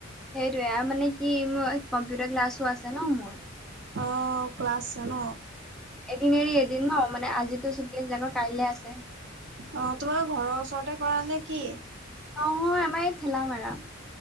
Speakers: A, in the centre; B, on the right.
A: সেইটোয়ে আৰু মানে কি মোৰ কম্পিউটাৰ ক্লাছো আছে ন মোৰ
B: অ ক্লাছছে ন
A: এদিন এৰি এদিন ন মানে আজিতো চটি <unintelligible> কাইলে আছে
B: অ তোমাৰ ঘৰৰ ওচৰতে কৰা নে কি
A: অহ আমাৰ এই ঠেলা মাৰা